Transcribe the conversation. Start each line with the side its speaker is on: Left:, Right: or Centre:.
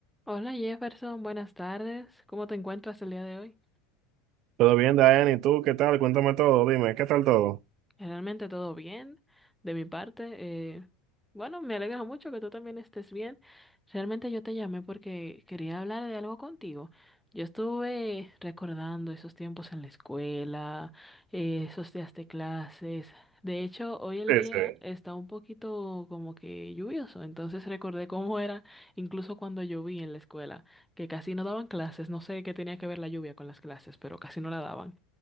Centre: Hola Jefferson, buenas tardes. ¿Cómo te encuentras el día de hoy?
Right: Todo bien, Diane, ¿y tú qué tal? Cuéntame todo, dime, ¿qué tal todo?
Centre: Realmente todo bien de mi parte. eh, bueno, me alegra mucho que tú también estés bien. Realmente yo te llamé porque quería hablar de algo contigo. Yo estuve recordando esos tiempos en la escuela, eh, esos días de clases. De hecho, hoy el
Right: Sí,
Centre: día
Right: sí,
Centre: está un poquito como que lluvioso, entonces recordé cómo era incluso cuando lloví en la escuela, que casi no daban clases. No sé qué tenía que ver la lluvia con las clases, pero casi no la daban.